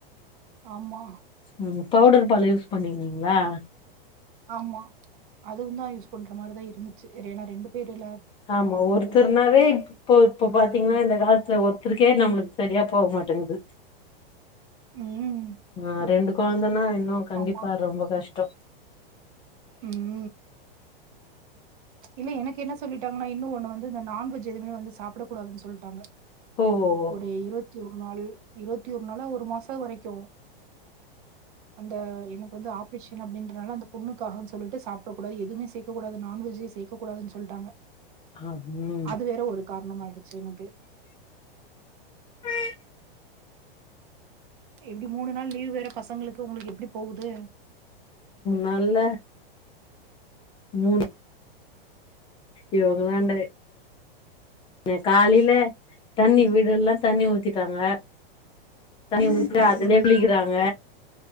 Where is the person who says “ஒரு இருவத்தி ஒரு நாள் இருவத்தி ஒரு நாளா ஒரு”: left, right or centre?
Right